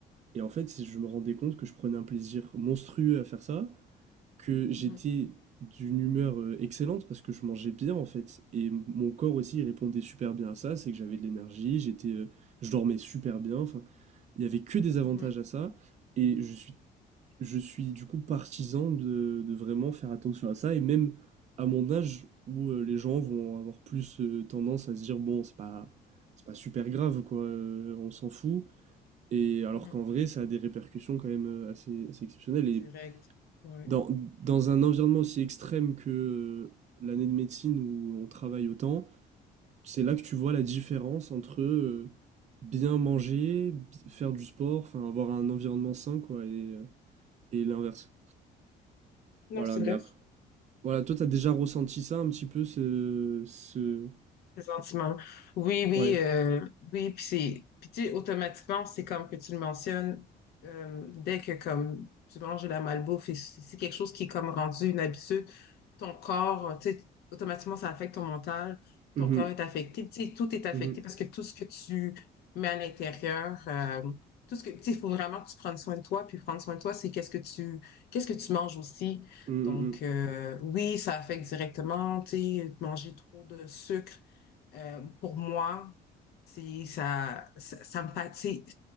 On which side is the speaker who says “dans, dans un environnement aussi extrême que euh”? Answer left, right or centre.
Right